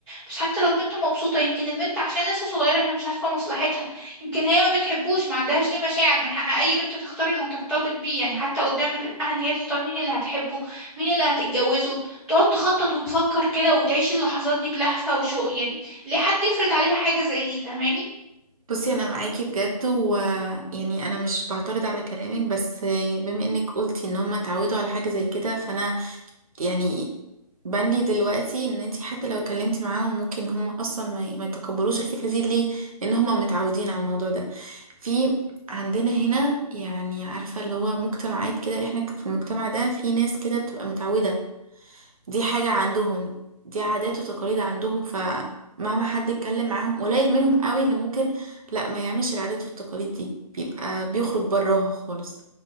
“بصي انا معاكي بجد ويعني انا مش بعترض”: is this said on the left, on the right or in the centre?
Right